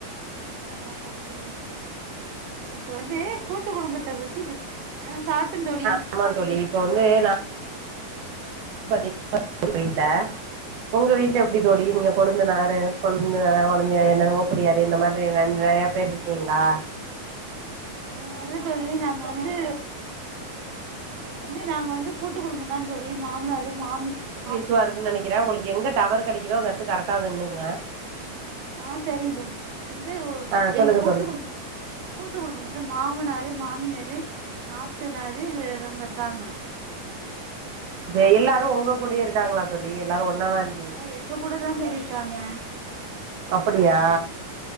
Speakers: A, on the right; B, on the right.
A: அ நா சாப்டே தோழி இப்ப வந்து கூட்டு குடும்பத்த ப அ சாப்ட தோழி
B: ஆமா தோழி இப்ப வந்து நா <unintelligible> வீட்ல உங்க வீட்ல எப்டி தோழி
A: ஆ
B: நீங்க கொழுந்தனாரு கொழுந்தனாரு கொழுந்தியா என்ன ஓப்பிடியாரு இந்த மாத்ரி நெறைய பேர் இருக்கீங்களா
A: இல்ல தோழி நாங்க வந்து வந்து நாங்க வந்து கூட்டு குடும்ப தா தோழி மாம்னாரு மாமி
B: துவா இருக்கு நெனைக்கிற உங்களுக்கு எங்க டவர் கெடைக்குதோ அந்தெடத்து கரெக்டா வந்து நின்னுக்ங்க
A: ஆ செரிங்க சரி வந்து
B: ஆ சொல்லுங்கள்
A: எங் கூட்டு
B: தோழி
A: குடும் கூட்டு குடும்ப வந்து மாமனாரு மாமியாரு நாத்தனாரு இது இவங்க இருக்காங்க
B: ப எல்லாரு உங்க கூடயே இருக்காங்களா தோழி எல்லாரு ஒன்னா தா இரு
A: ஏ எங்க கூடதா த இருக்காங்க
B: அப்படியா